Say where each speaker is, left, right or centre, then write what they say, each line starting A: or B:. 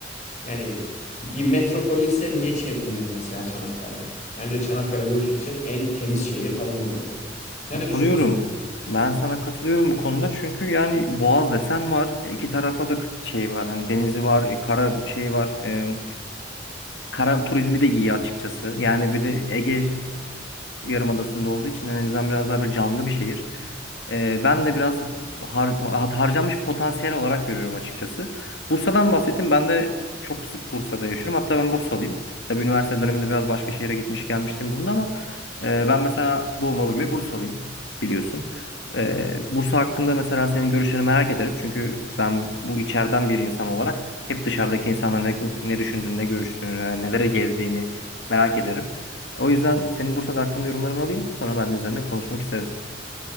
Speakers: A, on the left; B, on the left.
A: Yani bir metropolise niye çevrilmedi mesela Çanakkale? Bence Çanakkale bu iş için en temiz şehir falan olurdu. Sen
B: Katılıyorum.
A: ne düşünüyorsun?
B: Ben sana katılıyorum bu konuda çünkü yani Boğaz desen var. E, iki tarafa da k- şey var. Hani denizi var, e, kara şey var. E, kara turizmi de iyi açıkçası. Yani bir de Ege Yarımadası'nda olduğu için en azından biraz daha böyle canlı bir şehir. Ee, ben de biraz har- harcanmış potansiyel olarak görüyorum açıkçası. Bursa'dan bahsettim. Ben de çok sık Bursa'da yaşıyorum. Hatta ben Bursalıyım. Tabii üniversite döneminde biraz başka şehre gitmiş gelmiştim bulundu ama e, ben mesela doğma büyüme Bursalıyım biliyorsun. Ee, Bursa hakkında mesela senin görüşlerini merak ederim. Çünkü ben bu içeriden bir insan olarak hep dışarıdaki insanların ne, ne düşündüğünü, ne görüştüğünü, nelere gezdiğini merak ederim. O yüzden senin Bursa'da hakkında yorumlarını alayım. Sonra ben de üzerine konuşmak isterim.